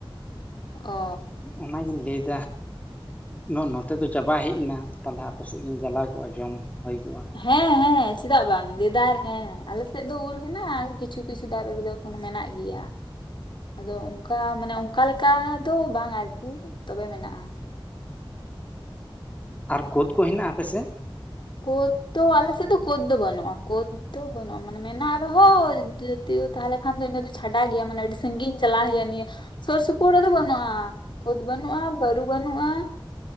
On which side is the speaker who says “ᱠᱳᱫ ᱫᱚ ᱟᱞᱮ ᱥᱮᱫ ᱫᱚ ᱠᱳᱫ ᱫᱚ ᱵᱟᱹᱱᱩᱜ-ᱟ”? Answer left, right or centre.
Left